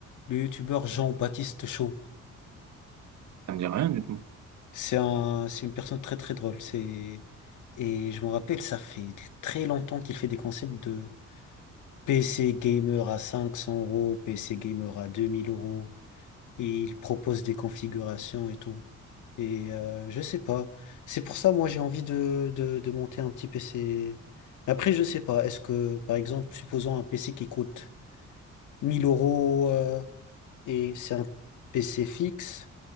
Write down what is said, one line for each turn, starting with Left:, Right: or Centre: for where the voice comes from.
Left: le youtubeur Jean-Baptiste Chaud.
Right: Ça me dit rien du tout.
Left: C'est un, c'est une personne très très drôle. C'est, et je me rappelle, ça fait très longtemps qu'il fait des concepts de PC gamer à 500 euros, PC gamer à 2000 euros, et il propose des configurations et tout. Et euh, je sais pas. C'est pour ça, moi, j'ai envie de, de, de monter un petit PC. Après, je sais pas. Est-ce que, par exemple, supposons un PC qui coûte mille euros euh, et c'est un PC fixe,